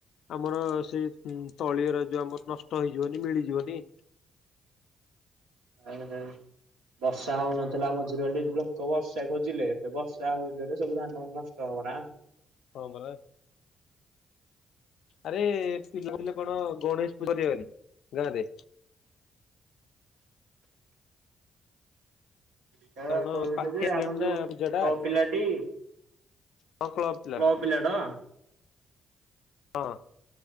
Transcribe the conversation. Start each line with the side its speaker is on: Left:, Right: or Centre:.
Left: ଆମର ସେଇ ତଳିଉରା ଯୋଉ ଆମର ନଷ୍ଟ ହେଇଯିବନି ମିଳିଯିବନି।
Right: ଆ ହଁ ବର୍ଷା ହଉନଥିଲା ମଝିରେଲି ଲୋକ ବର୍ଷା ଖୋଜିଲେ ଏବେ ବର୍ଷା ହ ରେ ସବୁ ଧାନ ନଷ୍ଟ ହବନା।
Left: ହଁ ପରା। ଆରେ ପିଲା ପିଲେ କଣ ଗଣେଷ କରିବା ବୋଲି ଗାଁ ରେ।
Right: ଏଇଟା
Left: କାରଣ
Right: କହୁଥିଲେ
Left: ପାଖେଇ
Right: ଯେ
Left: ଆଇଲାଣି
Right: ଆମ ଯୋଉ
Left: ନା ପୂଜା
Right: କ୍ଲବ ପିଲାଟି
Left: ଟା କ
Right: କ୍ଲ ପିଲା ଡ
Left: ହଁ।